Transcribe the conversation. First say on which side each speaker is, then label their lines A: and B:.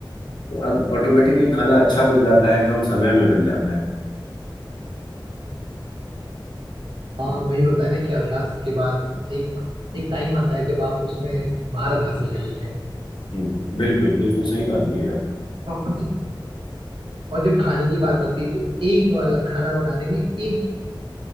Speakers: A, on the left; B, on the right.
A: तो अब ऑटोमेटिकली खाना अच्छा बन जाता है कम समय में बन जाता है
B: हाँ वही होता है ना कि अभ्यास के बाद एक एक टाइम आता है जब आप उसमें महारत हासिल कर लेते हैं
A: हम्म, बिल्कुल बिल्कुल सही बात बोली आप
B: और ज- और जब खाने की बात आती है तो एक वाला खाना बनाने में एक